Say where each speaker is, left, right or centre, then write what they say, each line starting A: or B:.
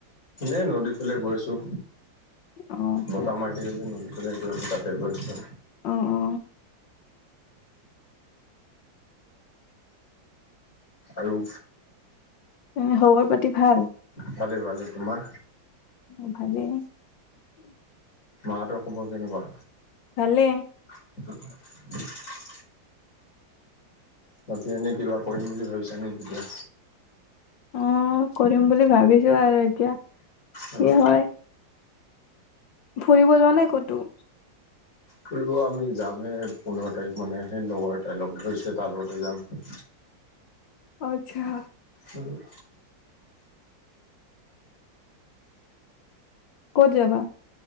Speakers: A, on the left (about 45°); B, on the left (about 75°).
A: এই নদী ফালে গৈ আছো৷
B: অ আচ্ছা
A: বতাহ মাৰি থাকে যে নদী বাই এইটো আমি তাতে গৈ আছো
B: অ অ
A: আৰু?
B: এ খবৰ পাতি ভাল?
A: ভালে-ভালে তোমাৰ?
B: অ ভালে৷
A: মা হঁতৰ খবৰ কেনেকুৱা?
B: ভালে৷
A: <unintelligible> বাকী এনেই কিবা কৰিম বুলি ভাবিছা নেকি এতিয়া
B: অ কৰিম বুলি ভাবিছো আৰু এতিয়া৷
A: অ
B: কি হয় ফুৰিব যোৱা নাই ক'তো?
A: ফুৰিব আমি যামহে পোন্ধৰ তাৰিখ মানে সেই লগৰ এটাই লগ ধৰিছে তাৰ লগতে যাম৷
B: আচ্ছা
A: উম
B: ক'ত যাবা?